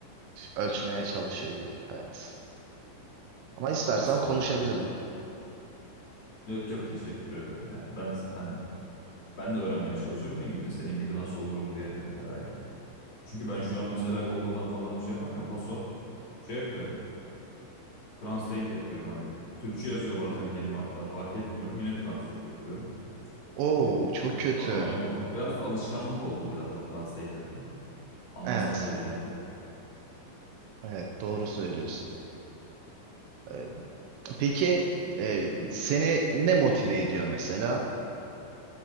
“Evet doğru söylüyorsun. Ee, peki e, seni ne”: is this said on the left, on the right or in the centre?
Right